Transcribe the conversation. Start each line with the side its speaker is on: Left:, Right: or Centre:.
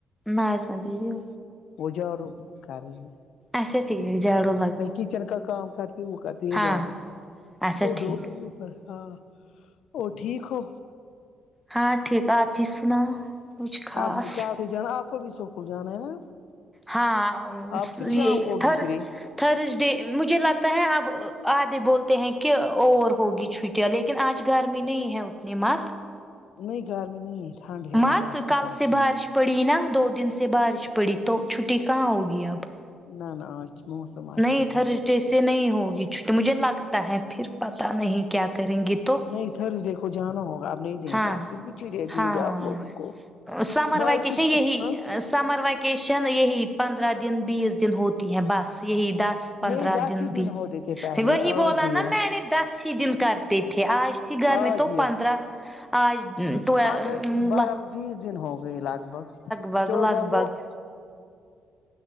Centre: ما اس ٹینیریو
Left: وہ جب روک کر رہی
Centre: اچھا ٹھیک رک جرو
Left: میں کچن کا کام کرتی ہوں وہ کرتی ہے
Centre: ہاں
Left: جار
Centre: اچھا
Left: وہ
Centre: ٹھیک
Left: بس ہاں اور ٹھیک ہو
Centre: ہاں ٹھیک ہے آپ ہی سناؤ کچھ خاص
Left: آپ کہاں سے جانا آپ کو بھی سکول جانا ہے نا
Centre: ہاں
Left: آپ پھر شام
Centre: یہ
Left: کو ہوگی
Centre: تھراس
Left: فری
Centre: ترسڑے مجھے لگتا ہے اب آدے بولتے ہیں کہ اور ہوگی چھٹیاں لیکن لیکن آج گرمی نہیں ہے اتنی مت
Left: نہیں گرمی نہیں ٹھنڈ ہے
Centre: مت
Left: آج
Centre: کل
Left: کے موسم
Centre: سے بارش پڑی نہ دو دن سے بارش پڑی تو چھٹی کہاں ہوگی اب
Left: نہ نہ آج موسم اچھا
Centre: نہیں ترسڑے
Left: تھا وہ
Centre: سے نہیں ہوگی مجھے لگتا ہے پھر پتا نہیں کیا کریں گی تو
Left: نہیں تھرس ڈے کو جانا ہوگا اور اب نے دیں
Centre: ہاں
Left: گے آپ کتنی چڑیا دیں
Centre: ہاں
Left: گے آپ لوگوں کو
Centre: سمر
Left: بھائی
Centre: ویکیشن
Left: کچھ
Centre: یہی
Left: ہاں
Centre: سمر ویکیشن یہی پندرہ دن بیس دن ہوتی ہیں بس یہی دس پندرہ
Left: نہیں دس
Centre: دن
Left: ہی
Centre: بھی
Left: ہوتے تھے پہلے
Centre: وہی
Left: آج
Centre: بولا
Left: دیا
Centre: نا میں نے دس اسی دن کرتے تھے آج تھی گرمی
Left: آج
Centre: تو
Left: دیا
Centre: پندرہ آج ٹول
Left: پندرہ سے بارہ بیس دن ہو گئی لگ بھگ
Centre: بھگ
Left: چودہ
Centre: لگ
Left: وہ
Centre: بھگ